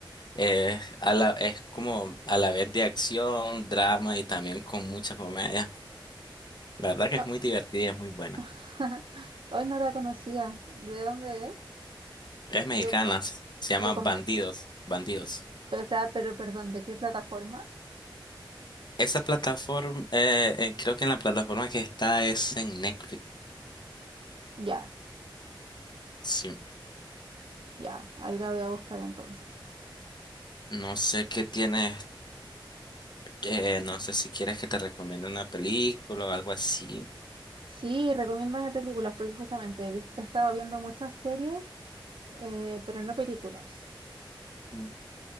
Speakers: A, on the left; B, on the right.
A: Eh, a la, es como a la vez de acción, drama y también con mucha comedia. La verdad que
B: Ah,
A: es muy divertida, y es muy buena.
B: <laughs> Hoy no la conocía. ¿De dónde es?
A: Es mexicana,
B: De-
A: se se llama
B: de
A: Bandidos,
B: com-
A: Bandidos.
B: o sea, pero perdón, ¿de qué plataforma?
A: Esa plataforma, eh, eh, creo que en la plataforma que está es en Netflix.
B: Ya.
A: sí.
B: Ya, ahí la voy a buscar entonces.
A: No sé qué tienes, eh, no sé si quieres que te recomiende una película o algo así.
B: Sí, recomiéndame películas, porque justamente he vis- he estado viendo muchas series, eh, pero no películas.
A: Mm.